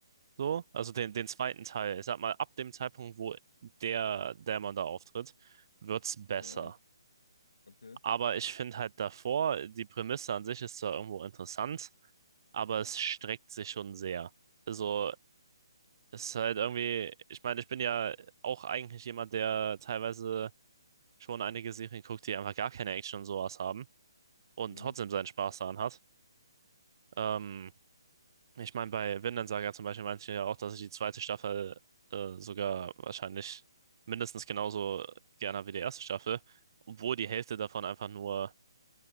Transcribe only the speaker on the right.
So, also den, den zweiten Teil. Ich sag mal, ab dem Zeitpunkt, wo der Dämon da auftritt, wird's besser.
Aber ich finde halt davor, die Prämisse an sich ist zwar irgendwo interessant, aber es streckt sich schon sehr. Also, es ist halt irgendwie, ich meine, ich bin ja auch eigentlich jemand, der teilweise schon einige Serien guckt, die einfach gar keine Action und sowas haben und
trotzdem seinen Spaß daran hat. Ähm, Ich meine, bei Vinland Saga zum Beispiel meinte ich ja auch, dass ich die zweite Staffel äh, sogar wahrscheinlich mindestens genauso gerne habe wie die erste Staffel, obwohl die Hälfte davon einfach nur